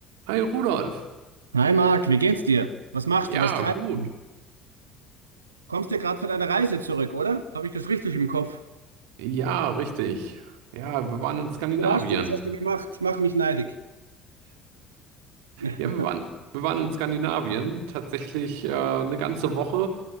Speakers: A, on the right; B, on the right.
A: Hi Rudolf.
B: Hi Marc, wie geht's dir? Was machst
A: Ja,
B: du? Was treibst
A: gut.
B: du? Kommst dir gerade von deiner Reise zurück, oder? Habe ich das richtig im Kopf?
A: Ja, richtig. Ja, wir waren in Skandinavien.
B: Wo warst du? Was hast du gemacht?
A: <laughs>
B: Mach mich neidig. <laughs>
A: Ja, wir waren, wir waren in Skandinavien tatsächlich äh, eine ganze Woche.